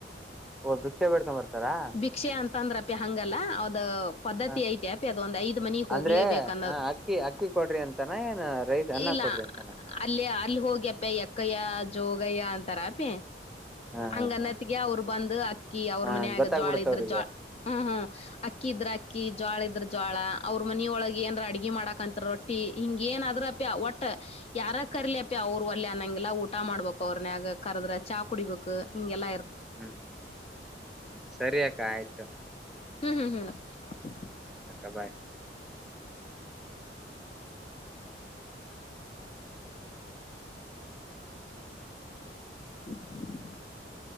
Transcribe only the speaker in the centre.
ಓ ಭಿಕ್ಷೆ ಬೇಡ್ಕೊಂಡ್ ಬರ್ತಾರಾ
ಹ
ಅಂದ್ರೆ ಹ ಅಕ್ಕಿ ಅಕ್ಕಿ ಕೊಡ್ರಿ ಅಂತಾನ ಏನ್ ರೈಸ್ ಅನ್ನ
ಕೊಡ್ರಿ ಅಂತಾನ
ಹಾ
ಹಾ ಹಾ
ಹ
ಗೊತ್ತಾಗ್ಬಿಡುತ್ತ
ಅವ್ರಿಗೆ
ಹ್ಮ್ ಹ್ಮ್ ಹ್ಮ್ ಸರಿಯಕ್ಕ ಆಯ್ತು
ಹಕ್ಕ ಬಾಯ್